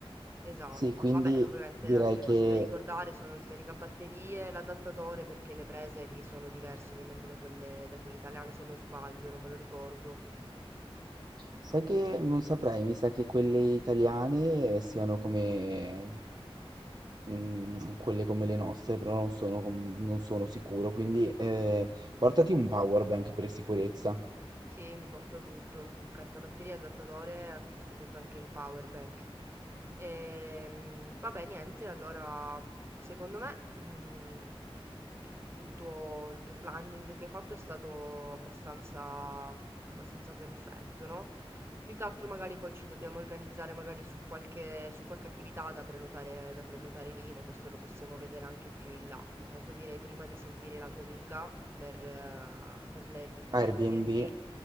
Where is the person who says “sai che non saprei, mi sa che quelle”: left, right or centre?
Right